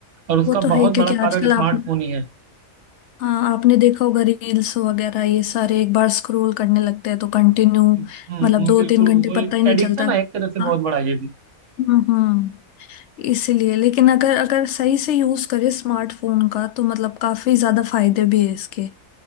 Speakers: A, on the right (about 60°); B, on the left (about 60°).
A: और उसका
B: वो तो है
A: बहुत बड़ा
B: क्योंकि
A: कारण
B: आजकल
A: स्मार्टफोन
B: आप
A: ही है
B: हाँ आपने देखा होगा रील्स वगैरह ये सारे एक बार स्क्रॉल करने लगते हैं तो कंटिन्यू
A: हम्म
B: मतलब
A: हम्म,
B: दो
A: बिल्कुल
B: तीन घंटे
A: वो एक
B: पता ही नहीं
A: एडिक्शन
B: चलता
A: है एक तरह से बहुत
B: हाँ
A: बड़ा ये भी
B: हम्म इसलिए लेकिन अगर अगर सही से यूज करे स्मार्टफोन का तो मतलब काफी ज्यादा फायदे भी है इसके